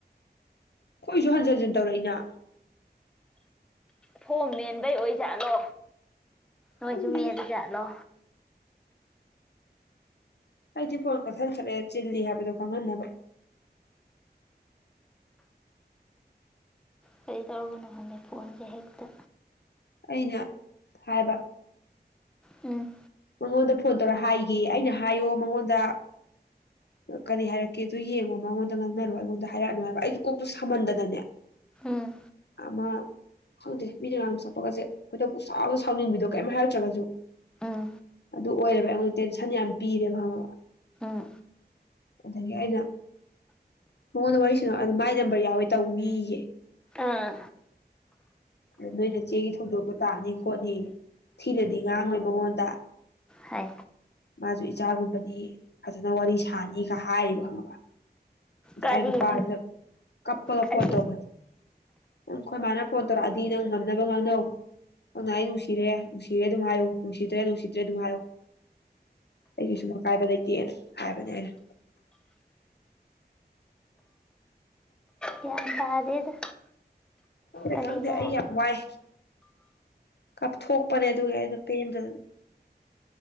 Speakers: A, on the left; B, in the centre.
A: ꯑꯩꯈꯣꯏꯁꯨ ꯍꯟꯖꯤꯟ ꯍꯟꯖꯤꯟ ꯇꯧꯔꯛꯏꯅ
B: ꯐꯣꯝ ꯃꯦꯟꯕꯩ ꯑꯣꯏꯖꯥꯠꯂꯣ ꯅꯣꯏꯁꯨ
A: ꯈꯪꯗꯦꯗ
B: ꯃꯦꯜꯂꯤ ꯖꯥꯥꯠꯂꯣ
A: ꯑꯩꯗꯤ ꯐꯣꯟ ꯀꯛꯊꯠꯈ꯭ꯔꯦ ꯆꯤꯜꯂꯤ ꯍꯥꯏꯕꯗꯣ ꯈꯪꯍꯟꯅꯕ
B: ꯀꯔꯤ ꯇꯧꯔꯕꯅꯣ ꯈꯪꯗꯦ ꯐꯣꯟꯁꯦ ꯍꯦꯛꯇ
A: ꯑꯩꯅ ꯍꯥꯏꯕ
B: ꯎꯝ
A: ꯃꯉꯣꯟꯗ ꯐꯣꯟ ꯇꯧꯔ ꯍꯥꯏꯒꯦ ꯑꯩꯅ ꯍꯥꯏꯌꯣ ꯃꯉꯣꯟꯗ ꯀꯔꯤ ꯍꯥꯏꯔꯛꯀꯦꯗꯨ ꯌꯦꯡꯉꯣ ꯃꯉꯣꯟꯗ ꯉꯥꯡꯅꯔꯣ ꯑꯩꯉꯣꯟꯗ ꯍꯥꯏꯔꯛꯑꯅꯨ ꯍꯥꯏꯕ ꯑꯩꯗꯣ ꯀꯣꯛꯇꯨ ꯁꯥꯃꯟꯗꯅꯅꯦ
B: ꯎꯝ
A: ꯑꯃ ꯈꯪꯗꯦ ꯃꯤꯅ ꯉꯥꯡ ꯁꯛꯄꯒꯁꯦ ꯈꯣꯢꯗꯧ ꯄꯪꯁꯥꯎꯗ ꯁꯥꯎꯅꯤꯡꯕꯤꯗꯣ ꯀꯔꯤꯝ ꯍꯥꯏꯔꯛꯇ꯭ꯔꯒꯁꯨ
B: ꯎꯝ
A: ꯑꯗꯨ ꯑꯣꯏꯔꯕ ꯑꯩꯉꯣꯟꯗ ꯇꯦꯟꯁꯟ ꯌꯥꯝ ꯄꯤꯔꯦꯕ ꯈꯪꯉꯕ
B: ꯎꯝ
A: ꯑꯗꯒꯤ ꯑꯩꯅ ꯃꯉꯣꯟꯗ ꯋꯥꯔꯤꯁꯥꯅꯧ ꯑꯗꯨ ꯃꯥꯏ ꯅꯝꯕꯔ ꯌꯥꯎꯋꯦ ꯇꯧꯅꯤꯌꯦ
B: ꯑꯥ
A: ꯑꯗꯨ ꯅꯣꯏ ꯅꯆꯦꯒꯤ ꯊꯧꯗꯣꯛꯇꯨ ꯇꯥꯅꯤ ꯈꯣꯠꯅꯤ ꯊꯤꯅꯗꯤ ꯉꯥꯡꯉꯣꯏ ꯃꯉꯣꯟꯗ
B: ꯍꯥꯏ
A: ꯃꯥꯁꯨ ꯏꯆꯥꯒꯨꯝꯕꯅꯤ ꯐꯖꯅ ꯋꯥꯔꯤ ꯁꯥꯅꯤꯒ ꯍꯥꯏꯔꯤꯕ ꯈꯪꯉꯕ
B: ꯀꯔꯤꯅꯣ
A: ꯑꯩ ꯅꯨꯄꯥꯖꯦ ꯀꯞꯄꯒ
B: ꯀꯔꯤ
A: ꯐꯣꯟ ꯇꯧꯕ ꯑꯈꯣꯏ ꯃꯥꯅ ꯐꯣꯟ ꯇꯧꯔꯛꯑꯗꯤ ꯗꯤ ꯅꯪ ꯉꯝꯅꯕ ꯉꯥꯡꯅꯧ ꯅꯪꯅ ꯑꯩ ꯅꯨꯡꯁꯤꯔꯦ ꯅꯨꯡꯁꯤꯔꯦ ꯑꯗꯨꯝ ꯍꯥꯏꯌꯨ ꯅꯨꯡꯁꯤꯗ꯭ꯔꯦ ꯅꯨꯡꯁꯤꯗ꯭ꯔꯦ ꯑꯗꯨꯝ ꯍꯥꯏꯌꯨ ꯑꯩ ꯀꯩꯁꯨꯨꯝ ꯑꯀꯥꯏꯕ ꯂꯩꯇꯦꯅ ꯍꯥꯏꯕꯅꯦ ꯑꯩꯅ
B: ꯒ꯭ꯌꯥꯟ ꯇꯥꯗꯦꯗ
A: ꯈꯪꯗꯦ
B: ꯀꯔꯤꯅꯣ
A: ꯈꯪꯗꯦ ꯑꯩ ꯌꯥꯝ ꯋꯥꯏ ꯀꯞꯊꯣꯛꯄꯅꯦ ꯑꯗꯨꯒꯤ ꯑꯩꯅ ꯄꯦꯟꯗꯗꯅ